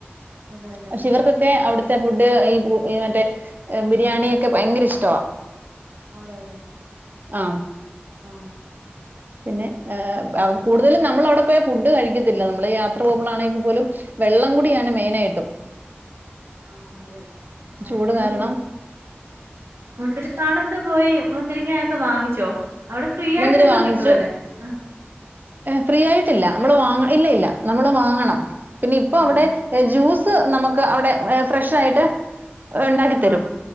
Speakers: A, on the right (about 70°); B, on the right (about 45°).
A: അതെല്ലേ
B: പക്ഷെ ഇവർക്കൊക്കെ അവിടു ത്തെ ഫുഡ് ഈ മറ്റേ ബിരിയാണിയൊക്കെ ഭയങ്കര ഇഷ്ടവാ
A: അതെയ അതെ
B: ആം
A: ആഹ്
B: പിന്നെ കൂടുതലും നമ്മള് അവിടെ പോയ ഫുഡ് കഴിക്കത്തില്ല നമ്മള് യാത്ര പോകുമ്പോഴാണെങ്കിൽ പോലും വെള്ളം കുടിയാണ് മെയിനായിട്ടും
A: ആഹ് അതെ ആഹ്
B: ചൂട്
A: പിന്നെ
B: കാരണം
A: പോക മുന്തിരി പാടത്ത് പോയി മുന്തിരിങ്ങ ഒക്കെ വാങ്ങിച്ചോ അവിടെ ഫ്രീ
B: മുന്തിരി
A: ആയിട്ട് എന്തോ
B: വാങ്ങിച്ചു
A: കിട്ടുവ ല്ലെ ആ
B: ഫ്രീ ആയിട്ടില്ല നമ്മള് വാങ്ങണം ഇല്ല ഇല്ല നമ്മള് വാങ്ങണം പിന്നെ ഇപ്പൊ
A: ആഹ്
B: അവിടെ ജ്യൂസ് നമ്മക്ക് അവിടെ ഫ്രഷ് ആയിട്ട് ഉണ്ടാക്കിത്തരും
A: ആഹ്